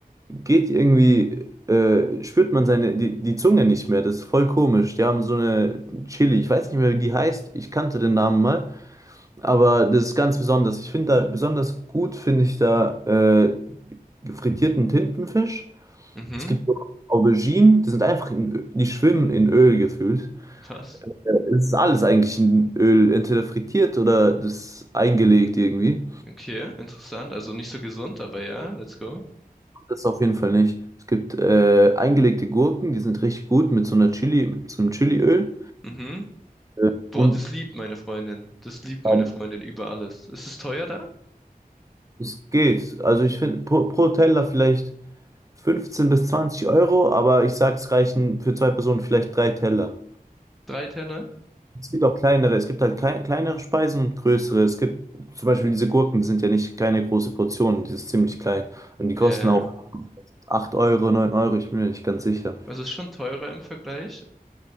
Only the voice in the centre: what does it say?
Mhm.
Was?
Okay, interessant. Also nicht so gesund, aber ja, let's go.
Mhm.
Boah,
das liebt meine Freundin. Das liebt meine
Freundin über alles. Ist es teuer da?
Drei Tenner?
Ja, ja.
ja.
Also ist schon teurer im Vergleich.